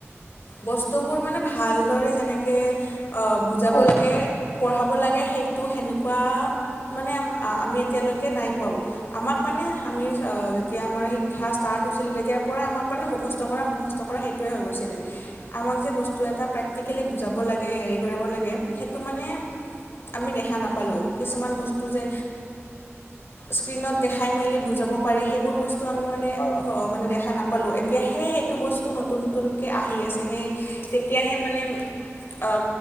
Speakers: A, on the left; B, on the left.
A: বস্তুবোৰ মানে ভালদৰে যেনেকে। বুজাব
B: হয়
A: লাগে
B: হয়
A: পঢ়াব লাগে সেইটো সেনেকুৱা। মানে আমি এতিয়ালৈকে নাই পোৱাওঁ আমাক মানে আমি যেতিয়া আমাৰ ঠা ষ্টাৰ্ট হৈছিলে তেতিয়াৰ পৰাই আমাক মানে মুখস্থ কৰা মুখস্থ কৰা সেইটোৱে হৈ গৈছিলে। আমাক যে বস্তু এটা প্ৰেক্টিকেলি বুজাব লাগে, হেৰি কৰিব লাগে সেইটো মানে আমি দেখা নাপালোঁ কিছুমান বস্তু যে স্ক্ৰীণত দেখাই মেলি বুজাব পাৰে সেইবোৰ বস্তু এইটো আমি মানে
B: হয়
A: অ' মানে দেখা নাপালো এতিয়া হে সেইটো বস্তু নতুন নতুন আহি আছে, সেই তেতিয়াহে মানে অ'